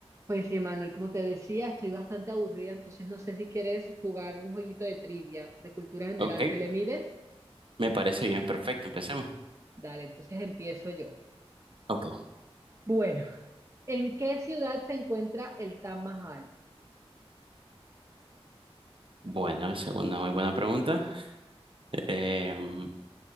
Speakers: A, on the right; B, on the right.
A: Pues sí, Manuel, como te decía, estoy bastante aburrida, entonces no sé si quieres jugar un jueguito de trivia de cultura general.
B: Ok,
A: ¿Te le mides?
B: me parece bien, perfecto, empecemos.
A: Dale, entonces empiezo yo.
B: Ok,
A: Bueno, ¿en qué ciudad se encuentra el Taj Mahal?
B: bueno, esa es una muy buena pregunta. Em,